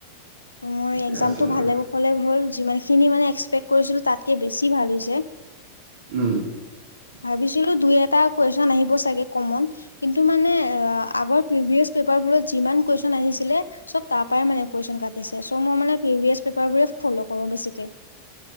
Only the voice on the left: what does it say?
মোৰ
এক্সজামটো
ভালে কৌশলে হ'ল যিমান খিনি মানে এক্সপেক্ট কৰিছিলোঁ তাতকে বেছি ভাল হৈছে।
ভাবিছিলোঁ দুই এটা কুৱেশন আহিব চাগে কমন, কিন্তু মানে আগৰ প্ৰিভিয়াছ পে পেপাৰবোৰত যিমান কুৱেশচন আহিছিলে চব তাৰ পৰাই মানে কুৱেচন কাটিছে চ' মই মানে প্ৰিভিয়াছ পেপাৰ বোৰে ফল' কৰো বেছিকে।